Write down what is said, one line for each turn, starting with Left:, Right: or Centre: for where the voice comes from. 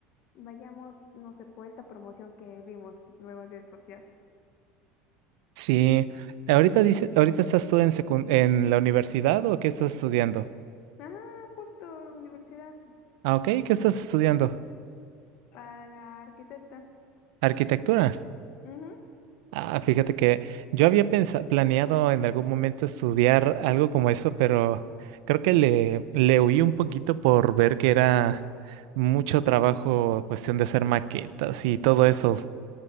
Left: vayamos, no sé, por esta promoción que vimos luego en redes sociales.
Right: Sí, ahorita dice, ahorita estás tú en secun- en la universidad o qué estás estudiando?
Left: Ajá, justo universidad
Right: Ah, ok, ¿qué estás estudiando?
Left: para arquitecta.
Right: Arquitectura.
Left: Ujú,
Right: Ah, fíjate que yo había pensa- planeado en algún momento estudiar algo como eso, pero creo que le, le huí un poquito por ver que era mucho trabajo, cuestión de hacer maquetas y todo eso.